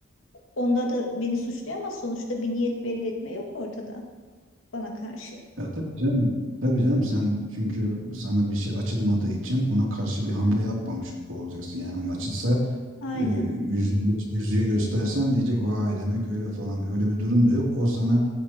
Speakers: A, on the left; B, on the right.
A: Onda da beni suçlayamaz sonuçta bir niyet belli etme yok ortada bana karşı.
B: Ya tabii canım. Tabii canım sen çünkü sana bir şey açılmadığı için ona karşı bir hamle yapmamış olacaksın. Yani hani açılsa
A: Aynen.
B: e, yüzüğü, gö- yüzüğü göstersen diyecek vay demek öyle falan. Öyle bir durum da yok. O sana